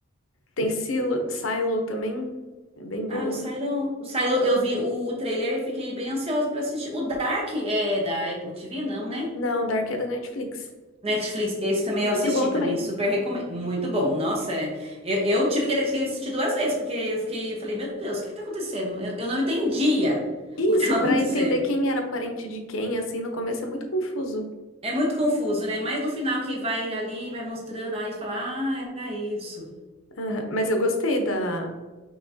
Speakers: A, on the left (about 75°); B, on the right (about 30°).
A: Tem Silo, Silo também, é bem boa.
B: Ah, o Silo, o Silo, eu vi o, o trailer e fiquei bem ansiosa pra assistir. O Dark é da Apple TV, não, né?
A: Não, Dark é da Netflix.
B: Netflix, esse também
A: Muito
B: eu assisti,
A: bom
B: também
A: também.
B: super recomendo. Muito bom. Nossa, é- eu, eu tive que assistir duas vezes, porque eu fiquei, eu falei, meu Deus, o que que tá acontecendo? Eu, eu não entendia <laughs>
A: Isso,
B: o que tava
A: pra
B: acontecendo.
A: entender quem era parente de quem, assim, no começo é muito confuso.
B: É muito confuso, né? Mas no final que vai ali, vai mostrando, aí fala, ah, era isso.
A: Aham, Mas eu gostei da